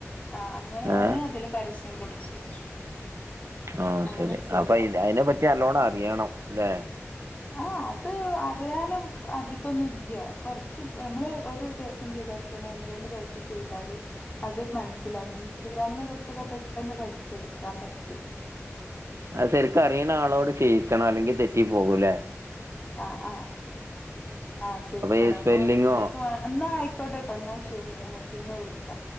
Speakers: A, on the left; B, on the right.
A: ആഹ് അങ്ങനെയാണ്
B: ഏർ
A: അതില് പരസ് <unintelligible> കൊടുക്കല്
B: ആ
A: അങ്ങനെ
B: ശരി
A: ചെയ്യാ.
B: അപ്പൊ ഇത് അയിനെ പറ്റി അല്ലോണം അറിയണംലേ
A: ആ അത് അറിയാനും അധികൊന്നുല്ല്യ കുറച്ച്പ്പൊ നമ്മള് ഒരു ദിവസം ചെ യ്താ തന്നെ ഒന്ന് രണ്ട് ദിവസം ചെയ്താല് അത് മനസ്സിലാ ഇൻസ്റ്റഗ്രാമിനെ കുറിച്ചൊക്കെ പെട്ടെന്ന് പഠി ച്ചെടുക്കാം പറ്റൂ
B: അ ശെരിക്കറീണ ആളോട് ചെയ്യിച്ചണം അല്ലെങ്കിൽ തെറ്റി പോകൂലെ
A: ആ ആ ആആ ചെയ്യിക്കണം
B: ഈ സ്പെല്ലിങ്ങോ
A: അപ്പൊ നിങ്ങക്ക് വാ ന്നാ അയി ക്കോട്ടെട്ടോ ന്നാശരി ഞാന് പിന്നെ വിളിക്കാ